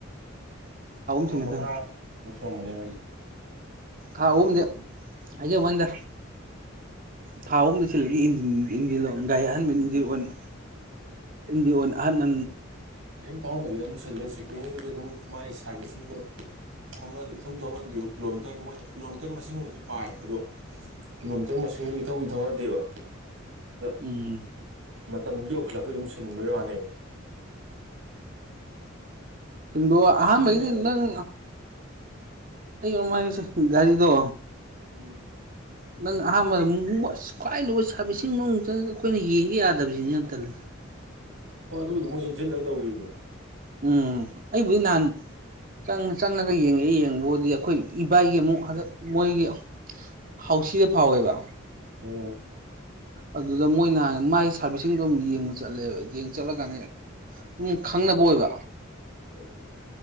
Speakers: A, on the right; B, on the right.
A: ꯊꯥ
B: ꯁꯤꯡꯒꯗꯕꯅꯤ
A: ꯃꯉꯥꯃꯨꯛ ꯁꯨꯔꯝꯕꯅꯦ ꯑꯩꯈꯣꯏꯁꯦ
B: ꯍꯥꯎ ꯑꯣꯝꯗꯦ ꯑꯩꯖ ꯋꯥꯟꯗ ꯊꯥ ꯑꯍꯨꯝꯗ ꯁꯤꯜꯂꯒꯟꯟ ꯏꯟꯖꯤꯟ ꯒꯥꯔꯤ ꯑꯍꯟꯕꯅ ꯏꯟꯖꯤꯟꯔꯑꯣ ꯑꯣꯏꯅ ꯏꯗꯤ ꯑꯅ
A: ꯊꯥꯎꯍꯟꯗꯕꯤꯗ ꯑꯗꯨꯝ ꯁꯤꯜꯂꯦ ꯁꯦꯀ꯭ꯌꯔꯤꯉꯩꯗꯁꯨ ꯑꯗꯨꯝ ꯃꯥꯒꯤ ꯁꯥꯔꯚꯤꯁꯁꯤꯡꯗꯣ ꯊꯧꯅꯗꯤ ꯏꯊꯧ ꯊꯧꯅ ꯀꯤꯂꯣꯃꯤꯇꯔ ꯃꯣꯏꯅ ꯀꯤꯂꯣꯃꯤꯇꯔ ꯃꯁꯤꯡꯃꯥꯎꯕꯗꯤ ꯄꯥꯏꯌꯦꯕ ꯑꯗꯣ ꯀꯤꯂꯣꯃꯤꯇꯔ ꯃꯁꯤꯡ ꯏꯊꯧꯒꯤꯊꯧꯅꯗꯦꯕ ꯑꯗ
B: ꯎꯝ
A: ꯃꯇꯝ ꯌꯧꯈꯠꯂ ꯑꯩꯈꯣꯏ ꯑꯗꯨꯝ ꯁꯤꯟ ꯋꯥꯅꯦꯕ
B: ꯁꯤꯡꯗꯣ
A: ꯑꯗꯨꯝ
B: ꯑꯍꯥꯟꯕꯩꯗꯤ
A: ꯁꯤꯟꯕ ꯍꯥꯏꯁꯦ
B: ꯅꯪ ꯑꯩ ꯌꯉꯥꯏꯁꯦ ꯒꯥꯔꯤꯗꯣ
A: ꯎꯝ
B: ꯅꯪ ꯑꯍꯥꯟꯕꯗ ꯈ꯭ꯋꯥꯏ ꯂꯨꯕ ꯁꯥꯔꯚꯤꯁꯁꯤꯡ ꯃꯅꯨꯡꯗ ꯑꯩꯈꯣꯏꯅ ꯌꯦꯡꯒꯦ ꯌꯥꯗꯕꯁꯤꯅꯤ ꯌꯥꯝ ꯇꯜꯂꯤ
A: ꯍꯣꯏ ꯑꯗꯨꯕꯨꯗꯤ ꯃꯣꯏ ꯏꯟꯖꯤꯟꯗ ꯇꯧꯈꯤꯕꯗꯨꯣ
B: ꯎꯝ ꯑꯩꯕꯨꯗꯤ ꯅꯍꯥꯟ ꯆꯪ ꯆꯪꯉꯒ ꯌꯦꯡꯉꯛꯦ ꯌꯦꯡꯕꯕꯨꯗꯤ ꯑꯩꯈꯣꯏ ꯏꯕꯥꯏꯒꯤ ꯑꯃꯨꯛ ꯍꯟꯗꯛ ꯃꯣꯏꯒꯤ ꯍꯥꯎꯁꯤꯗ ꯐꯥꯎꯋꯦꯕ
A: ꯑꯣ
B: ꯑꯗꯨꯗ ꯃꯣꯏꯅꯍꯥꯟ ꯃꯥꯏ ꯁꯥꯔꯚꯤꯁꯁꯤꯡꯗꯣ ꯑꯗꯨꯝ ꯌꯦꯡꯕ ꯆꯠꯂꯦꯕ ꯌꯦꯡ ꯆꯠꯂꯀꯥꯟꯅꯤ ꯑꯗꯨꯝ ꯈꯪꯅꯕ ꯑꯣꯏꯕ
A: ꯑꯣꯝ